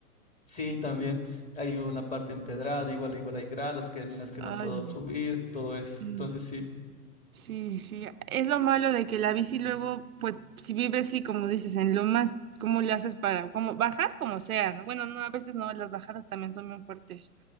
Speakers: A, on the left (about 15°); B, on the right (about 65°).
A: Sí, también hay una parte empedrada, igual igual hay gradas que en las que
B: Ay,
A: no puedo subir, todo eso.
B: no.
A: Entonces sí,
B: Sí, sí, es lo malo de que la bici luego, pues, si vives, sí, como dices, en lomas, ¿cómo le haces para, como bajar como sea, ¿no? Bueno, no, a veces no, las bajadas también son bien fuertes,